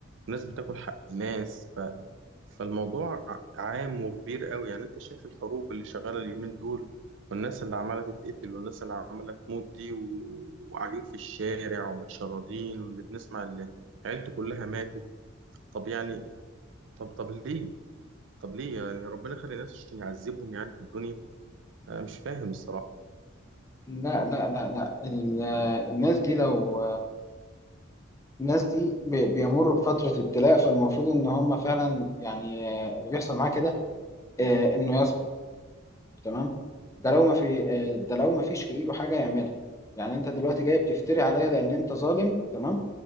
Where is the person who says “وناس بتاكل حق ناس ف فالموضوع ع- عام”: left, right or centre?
Right